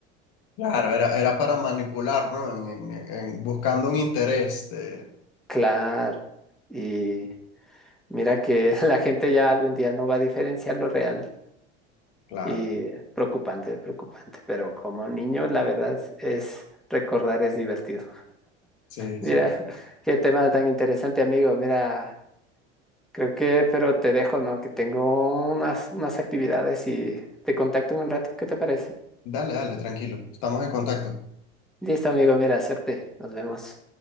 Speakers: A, on the left; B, in the centre.
A: Claro, era, era para manipular, ¿no? En, en- en- buscando un interés. de-
B: claro. Y Mira que <laughs> la gente ya algún día no va a diferenciar lo real
A: Claro.
B: y preocupante, preocupante, pero como niño la verdad es, es- recordar es divertido.
A: Sí,
B: Mira,
A: sí.
B: <laughs> qué tema tan interesante, amigo. Mira, creo que, pero te dejo, ¿no? Que tengo unas, unas actividades y te contacto en un rato. ¿Qué te parece?
A: Dale, dale, tranquilo. Estamos en contacto.
B: Listo, amigo, mira, suerte. Nos vemos.